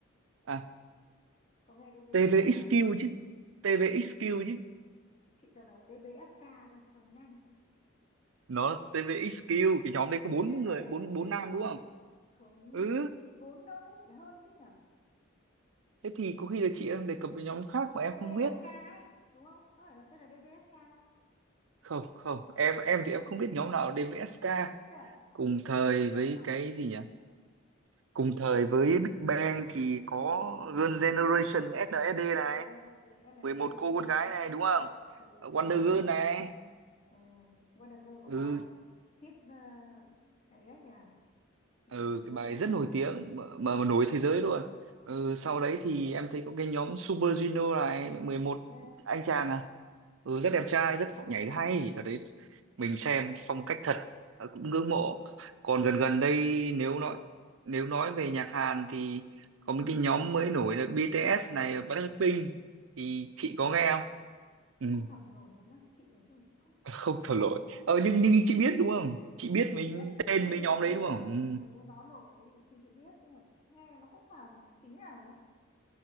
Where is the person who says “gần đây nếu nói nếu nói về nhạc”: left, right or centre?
Right